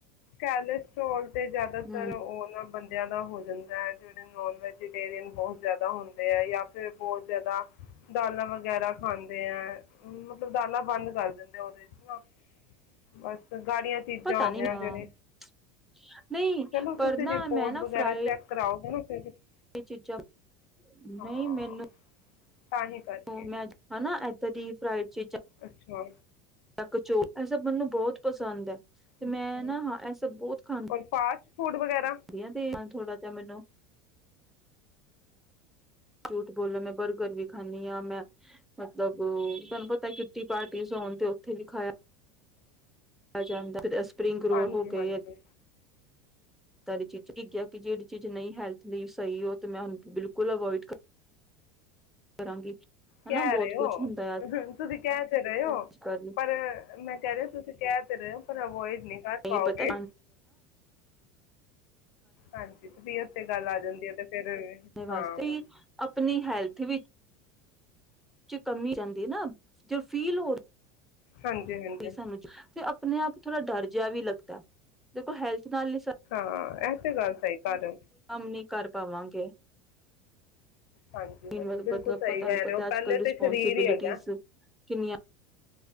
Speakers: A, on the left; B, in the centre.
A: ਕੈਲੇਸਟਰੋਲ ਤੇ ਜਿਆਦਾਤਰ
B: ਹੂੰ
A: ਉਹ ਨਾ ਬੰਦਿਆਂ ਦਾ ਹੋ ਜਾਂਦਾ ਏ ਜਿਹੜੇ ਨੋਨ ਵੈਜੀਟੇਰੀਅਨ ਬੋਤ ਜ਼ਿਆਦਾ ਹੁੰਦੇ ਏ ਜਾਂ ਫਿਰ ਬੋਤ ਜਿਆਦਾ ਦਾਲਾਂ ਵਗੈਰਾ ਖਾਂਦੇ ਏ। ਦਾਲਾਂ ਬੰਦ ਕਰ ਦਿੰਦੇ ਆਂ ਉਹਦੇ ਚ ਨਾ ਬਸ। ਗਾੜੀਆਂ ਚੀਜ਼ਾਂ
B: ਪਤਾ
A: ਹੋ
B: ਨੀ
A: ਗਿਆਂ ਜਿਹੜੇ
B: <unintelligible> ਨਹੀਂ
A: ਚਲੋ ਤੁਸੀਂ
B: ਪਰ ਨਾ
A: ਰਿਪੋਰਟ
B: ਮੈਂ ਨਾ
A: ਵਗੈਰਾ
B: ਫਰਾਈ
A: <unintelligible>
B: ਚੀਜ਼ਾਂ
A: ਹਾਂ
B: ਨਹੀਂ ਮੈਨੂੰ
A: ਤਾਂ ਹੀ ਕਰਕੇ
B: <unintelligible> ਮੈਂ ਹੇਨਾ ਇਹ ਦਾ ਡੀਪ ਫਰਾਈਡ ਚੀਜ਼ਾਂ
A: ਅੱਛਾ।
B: ਕਚੋ ਇਹ ਸਭ ਮੈਨੂੰ ਬੋਤ ਪਸੰਦ ਏ। ਤੇ
A: ਅੱਛਾ
B: ਮੈਂ ਨਾ ਹਾਂ ਇਹ ਸਬ ਬੋਤ ਖਾਨ
A: ਔਰ ਫਾਸਟ ਫੂਡ ਵਗੈਰਾ
B: ਧਆ ਤੇ ਏ ਥੋੜਾ ਚਮੈਨੂੰ। ਝੂਠ ਬੋਲਾ ਮੈਂ ਬਰਗਰ ਵੀ ਖਾਂਨੀ ਆਂ। ਮੈਂ ਮਤਲਬ ਤੁਹਾਨੂੰ ਪਤਾ ਕਿਟੀ ਪਾਰਟੀਸ ਹੋਨ ਤੇ ਉੱਥੇ ਵੀ ਖਾਇਆ ਆ ਜਾਂਦਾ ਫੇਰ ਏਸ ਪਰਿੰਗ ਰੋਲ
A: ਹਾਂਜੀ
B: ਹੋ ਗਏ
A: ਹਾਂਜੀ
B: ਏਹ ਚੀਜਾਂ ਕੀ ਕਿਹਾ ਕਿ ਜਿੜੀ ਚੀਜ਼ ਨਹੀਂ ਹੈਲ ਨਈ ਸਹੀ ਓ ਤੇ ਮੈਂ ਬਿਲਕੁਲ ਅਵੋਇਡ ਕਰ ਕਰਾਂਗੀ।
A: ਕੇਹ
B: ਹਨਾ ਬਹੁਤ
A: ਰੇ
B: ਕੁਛ
A: ਓ,
B: ਹੁੰਦਾ ਹੈ
A: ਤੁਸੀ ਕੇਹ ਤੇ ਰੇ ਓ
B: ਅੱਜ ਕੱਲ
A: ਪਰ ਮੈਂ ਕਹਿ ਰੀ ਆਂ ਤੁਸੀਂ ਕਹਿ ਤੇ ਰੇ ਓ ਪਰ ਅਵੋਇਡ ਨਹੀਂ ਕਰ
B: ਨਈ
A: ਪਾਓਗੇ
B: ਪਤਾ।
A: ਹਾਂਜੀ ਤਬੀਅਤ 'ਤੇ ਗੱਲ ਆ ਜਾਂਦੀ ਹੈ ਅਤੇ ਫਿਰ
B: ਪਨੇ ਵਾਸਤੇ
A: ਹਾਂ
B: ਈ ਆਪਣੀ ਹੈਲਪ ਥੀ ਵੀ ਕਮੀ ਜਾਂਦੀ ਏ ਨਾ ਜੇ ਫੀਲ ਹੋ
A: ਹਾਂਜੀ ਹਾਂਜੀ
B: ਸਾਨੂੰ ਜੋ ਤੇ ਆਪਣੇ ਆਪ ਥੋੜ੍ਹਾ ਡਰ ਜਿਹਾ ਵੀ ਲੱਗਦਾ, ਦੇਖੋ ਹੈਲਥ ਨਾਲ ਈ ਸਾ
A: ਆਂ ਏਹ ਤੇ ਤੇ ਗੱਲ ਸਹੀ ਕਰ ਰੇ ਓ।
B: ਨਹੀਂ ਕਰ ਪਾਵਾਂਗੇ।
A: ਹਾਂਜੀ,
B: ਮਤਲਬ
A: ਹਾਂਜੀ, ਬਿਲਕੁਲ ਸਹੀ
B: ਤੁਹਾਨੂੰ
A: ਕਹਿ
B: ਪਤਾ
A: ਰੇ ਓ,
B: ਅੱਜ
A: ਪਹਿਲੇ
B: ਕੱਲ ਰਿਸਪੋਂਸੀਬਿਲਿਟੀਜ਼
A: ਤੇ ਸਰੀਰ ਈ ਹੈਗਾ।
B: ਕਿੰਨੀਆਂ